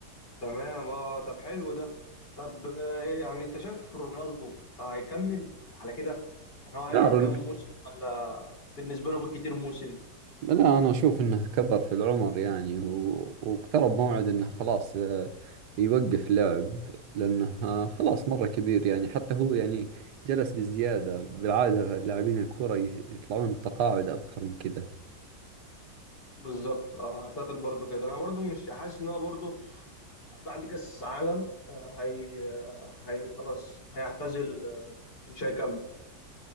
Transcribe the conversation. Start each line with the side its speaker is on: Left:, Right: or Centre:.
Left: تمام اه طب حلو ده طب آه، إيه يعني انت شايف رونالدو آه، هيكمل على كده يعني هو هيقعد
Right: دار
Left: كام موسم ولا بالنسبه له بالكتير موسم
Right: لا أنا أشوف إنه كبر في العمر يعني و... واقترب موعد إنه خلاص آه، يوقف لعب لأنه آه، خلاص مرة كبير يعني حتى هو يعني جلس بزيادة بالعادة لاعبين الكورة يطلعون تقاعد أبكر من كذا
Left: بالظبط اه اعتقد برضو كده انا برضو مش حاسس ان هو برضو بعد كاس عالم آه، هي آه، هي خلاص هيعتزل آه، ومش هيكمل